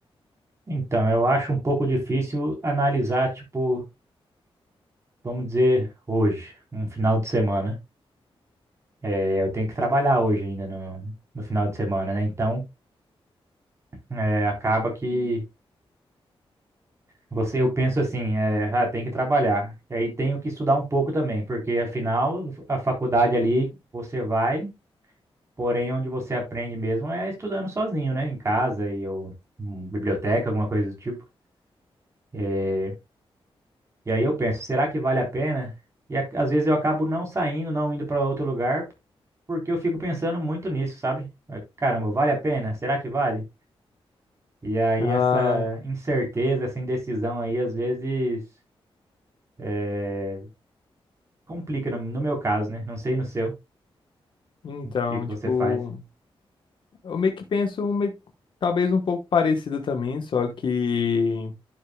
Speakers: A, on the right; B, on the left.
A: então, eu acho um pouco difícil analisar, tipo, vamos dizer, hoje, um final de semana. É, eu tenho que trabalhar hoje ainda no, no final de semana, né? Então, é, acaba que você, eu penso assim, é, ah, tem que trabalhar. E aí tenho que estudar um pouco também, porque afinal, a faculdade ali você vai, porém onde você aprende mesmo é estudando sozinho, né? Em casa e ou em biblioteca, alguma coisa do tipo. É, e aí eu penso, será que vale a pena? E a- às vezes eu acabo não saindo, não indo para outro lugar, porque eu fico pensando muito nisso, sabe? Eh, Caramba, vale a pena? Será que vale? E aí
B: Ah,
A: essa incerteza, essa indecisão aí, às vezes eh, complica no, no meu caso, né? Não sei no seu, o
B: então,
A: que que você
B: tipo,
A: faz.
B: eu meio que penso um meio- talvez um pouco parecido também, só que